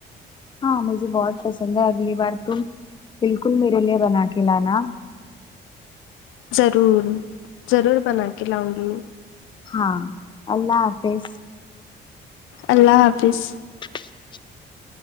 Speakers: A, on the left; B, on the left.
A: ہاں مجھے بہت پسند ہے اگلی بار تم بالکل میرے لیے بنا کے لانا
B: ضرور ضرور بنا کے لاؤں گی
A: ہاں اللہ حافظ
B: اللہ حافظ
A: <inaudible>